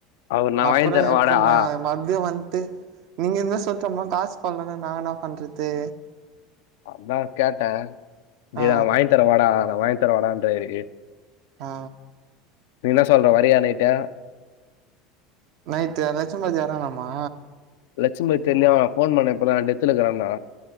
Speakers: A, on the left; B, on the right.
A: அவரு நா
B: அப்பறோ
A: வாங்கி தரே
B: எப்புணா
A: வாடா ஆ
B: மதியோ வந்ட்டு நீங்க எதுனா சொல்ட்ட அப்றமா காசு போவல்லனா நா என்னா பண்றது
A: அதா கேட்ட டேய்
B: ஆ
A: நா வாங்கி தர வாடா நா வாங்கி தர வாடான்றாரு
B: ஆ
A: என்ன சொல்ற வரியா நைட்டு
B: நைட்டு லட்சம்பதி வரானாமா
A: லட்சும்பதி தெர்ல ஃபோன் பண்ண அப்பற டெத்துல இருக்குறனா